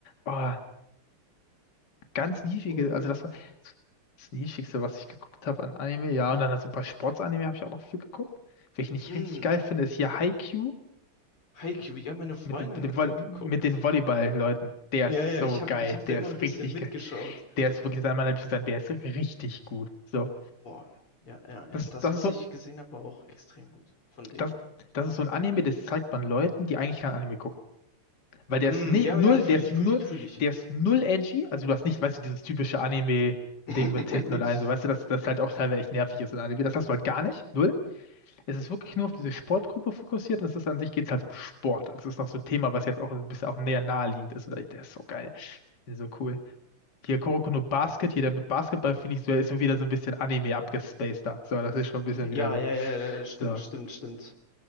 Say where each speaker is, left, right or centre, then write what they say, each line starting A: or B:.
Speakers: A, on the left (about 50°); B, on the left (about 80°).
A: Oh. ganz niedrige,
B: oh.
A: also das war das niedrigste, was ich geguckt habe an Anime. Ja, und dann halt so ein paar Sportsanime habe ich auch noch viel geguckt. Welchen ich
B: mm.
A: richtig geil finde, ist hier Haikyuu
B: Haikyuu, ja, meine Freundin
A: mit dem, mit dem
B: hat
A: Volley-
B: den geguckt.
A: mit den Volleyball-Leuten. Der
B: Ja,
A: ist
B: ja,
A: so
B: ich habe
A: geil.
B: ich hab da
A: Der
B: immer
A: ist
B: ein bisschen
A: richtig
B: mitgeschaut.
A: geil. Der ist wirklich einer meiner Lieblings, der ist richtig gut. So.
B: Boah, ja, ja, ja.
A: Das,
B: Das,
A: das
B: was
A: ist so
B: ich
A: ein,
B: gesehen habe, war auch extrem gut von dem.
A: das, das ist so ein Anime, das zeigt man Leuten, die eigentlich kein Anime gucken. Weil der ist
B: Mm,
A: ne,
B: ja,
A: null,
B: ja, fühle
A: der ist
B: ich,
A: null,
B: fühle ich, fühle ich.
A: der ist null edgy. Also du hast nicht, weißt du, dieses typische Anime-Ding
B: <laughs>
A: mit Titten und allem, so weißt du, dass das halt auch teilweise echt nervig ist in Anime. Das hast du halt gar nicht. Null. Es ist wirklich nur auf diese Sportgruppe fokussiert und es ist an sich geht's halt um Sport. Also es ist noch so ein Thema, was jetzt auch ein bisschen auch näher naheliegend ist. Und ich- der ist so geil. Der ist so cool. Hier Kuroko no Basket, hier der mit Basketball, finde ich, so, ist schon wieder so ein bisschen Anime abgespaceder. So, das ist schon ein bisschen wieder
B: Ja,
A: so.
B: ja, ja, ja, stimmt,
A: So.
B: stimmt, stimmt.